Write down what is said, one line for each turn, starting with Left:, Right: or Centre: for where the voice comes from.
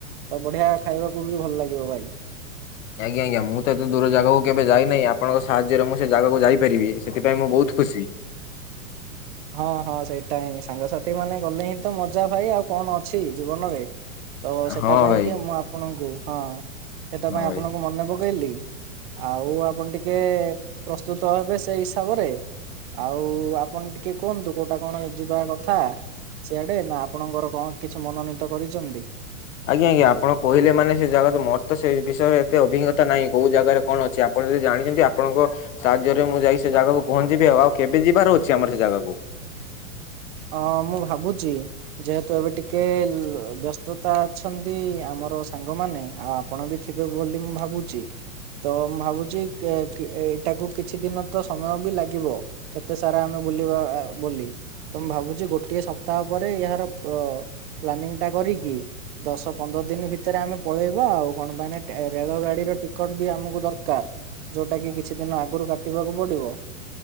Right: ତ ବଢିଆ ଖାଇବାକୁ ବି ଭଲ ଲାଗିବ ଭାଇ
Left: ଆଜ୍ଞା ଆଜ୍ଞା ମୁଁ ତ ଏତେ ଦୂର ଜାଗାକୁ କେବେ ଯାଇନାହିଁ ଆପଣଙ୍କ ସାହାଯ୍ୟରେ ମୁଁ ସେ ଜାଗାକୁ ଯାଇପାରିବି ସେଥିପାଇଁ ମୁଁ ବହୁତ ଖୁସି।
Right: ହଁ ହଁ ସେଇଟା ହିଁ ସାଙ୍ଗସାଥି ମାନେ ଗଲେ ହିଁ ତ ମଜା ଭାଇ ଆଉ କଣ ଅଛି ଜୀବନରେ ତ ସେଟା
Left: ହଁ
Right: ପାଇଁ
Left: ଭାଇ
Right: କି ମୁଁ ଆ ଆପଣଙ୍କୁ ହଁ ସେଟ
Left: ହଁ
Right: ପାଇଁ
Left: ଭାଇ।
Right: ଆପଣଙ୍କୁ ମନେ ପକେଇଲି ଆଉ ଆପଣ ଟିକେ ପ୍ରସ୍ତୁତ ହେବେ ସେଇ ହିସାବରେ ଆଉ ଆପଣ ଟିକେ କୁହନ୍ତୁ କୋଉଟା କଣ ଯିବା କଥା ସେଆଡେ ନା ଆପଣଙ୍କର କଣ କିଛି ମନୋନୀତ କରିଛନ୍ତି?
Left: ଆଜ୍ଞା ଆଜ୍ଞା ଆପଣ କହିଲୋନ ସେ ଜାଗା ମୋର ତ ସେ ବିଷୟରେ ଏତେ ଅଭିଜ୍ଞତା ନାହିଁ କୋଉ ଜାଗାରେ କଣ ଅଛି। ଆପଣ ଯଦି ଜାଣିଛନ୍ତି ଆପଣଙ୍କ ସାହାଯ୍ୟରେ ମୁଁ ଯାଇ ସେ ଜାଗାକୁ ପହଞ୍ଚିବି ଆଉ ଆଉ କେବେ ଯିବାର ଅଛି ଆମର ସେ ଜାଗାକୁ
Right: ହଁ ମୁଁ ଭାବୁଛି। ଯେହେତୁ ଏବେ ଟିକେ ବ୍ୟସ୍ତତା ଅଛନ୍ତି ଆମର ସାଙ୍ଗମାନେ ଆଉ ଆ ଆପଣ ବି ଥିବେ ବୋଲି ମୁଁ ଭାବୁଛି ତ ମୁଁ ଭାବୁଛି ଏଇଟାକୁ କିଛି ଦିନ ତ ସମୟ ବି ଲାଗିବ ଏତେ ସାରା ଆମେ ବୁଲିବା ଅ ବୋଲି। ତ ମୁଁ ଭାବୁଛି ଗୋଟିଏ ସପ୍ତାହ ପରେ ଏହାର ଅ ପ୍ଲାନିଂ ଟା କରିକି ଦଶ ପନ୍ଦର ଦିନ ଭିତରେ ଆମେ ପଳେଇବା ଆଉ କଣ ପାଇଁ ଟା ରେଳ ଗାଡିର ଟିକଟ ବି ଆମକୁ ଦରକାର। ଯୋଉଟା କି କିଛି ଦିନ ଆଗରୁ କାଟିବାକୁ ପଡିବ